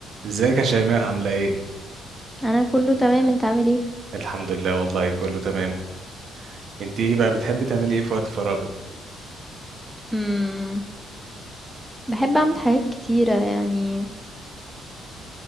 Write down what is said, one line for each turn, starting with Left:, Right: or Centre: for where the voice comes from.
Right: ازيك يا شيماء عاملة ايه؟
Centre: انا كله تمام انت عامل ايه
Right: الحمد لله والله كله تمام انت ايه بقى بتحبي تعملي ايه في وقت فراغك؟
Centre: امم بحب اعمل حاجات كتيره يعني